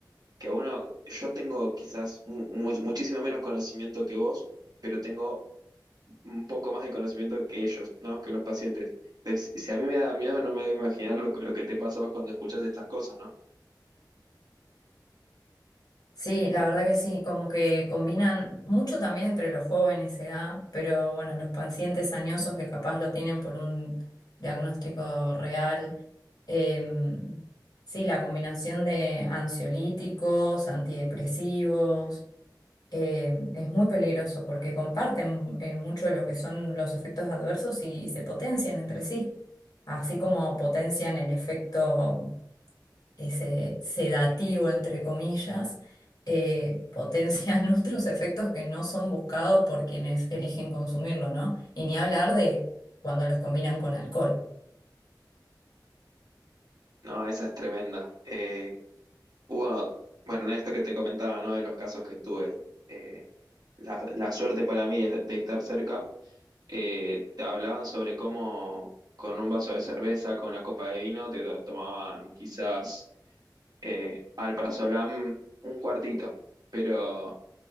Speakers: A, on the right; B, on the left.
A: que uno, yo tengo quizás mu- mu- muchísimo menos conocimiento que vos, pero tengo un poco más de conocimiento que ellos, ¿no? Que los pacientes. Entonces, si a mí me da miedo, no me debo imaginar lo, que- lo que te pasó cuando escuchas estas cosas, ¿no?
B: Sí, la verdad que sí, como que combinan mucho también entre los jóvenes edad, pero bueno, los pacientes añosos que capaz lo tienen por un diagnóstico real. eh, sí, la combinación de ansiolíticos, antidepresivos, eh, es muy peligroso porque comparten eh, mucho de lo que son los efectos adversos y se potencian entre sí, así como potencian el efecto ese sedativo, entre comillas, eh, potencian <laughs> otros efectos que no son buscados por quienes eligen consumirlo, ¿no? Y ni hablar de cuando los combinan con alcohol. <laughs>
A: No, esa es tremenda. Eh, hubo, bueno, en esto que te comentaba, ¿no? De los casos que tuve, eh, la, la suerte para mí de, de estar cerca, eh, te hablaban sobre cómo con un vaso de cerveza, con una copa de vino, te to- tomaban quizás eh, alprazolam un cuartito, pero